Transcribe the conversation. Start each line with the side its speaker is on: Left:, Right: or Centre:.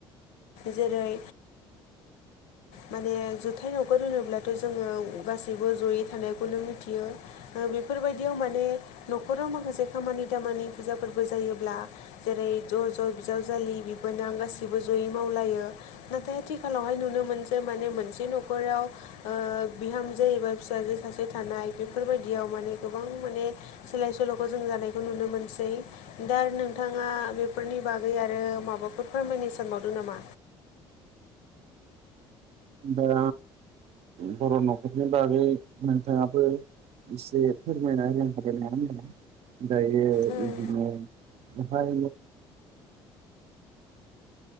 Left: जेरै माने जुथाय न'खर होनोब्लाथ जोङो गासैबो जयै थानायखौनो मिथियो। बेफोरबायदियाव माने न'खराव माखासे खामानि दामानि फुजाफोरबो जायोब्ला जेरै ज ज बिजावजालि बिबोनां गाैबो ज मावलायो आथिखालावहाय नुनो मोनो जे मोनसे न'खराव ओ बिहामजो एबा फिसाजो सासे थानाय बेफोरबायदियाव माने गोबां माने सोलाय सोलखौ जों जानाय खौ नुनो मोनसै दा नोंथांङा बेफोरनि बागै आरो माबाफोर फोरमायनो सानबावदों नामा?
Right: दा बर' न'खरनि बागै नोंथांङाबो इसे फोरमायना होनो हागोन नङा होनदों। दायो
Left: ओम,
Right: बिदिनो बेाहाय